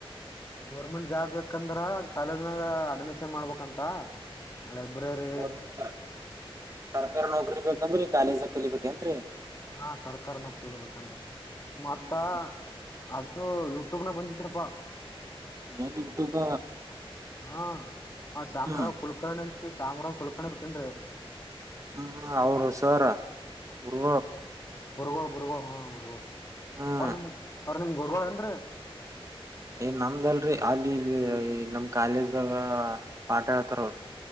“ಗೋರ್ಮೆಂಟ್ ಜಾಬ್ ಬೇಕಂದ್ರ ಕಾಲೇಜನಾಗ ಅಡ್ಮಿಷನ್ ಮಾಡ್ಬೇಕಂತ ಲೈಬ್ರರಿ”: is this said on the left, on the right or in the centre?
Left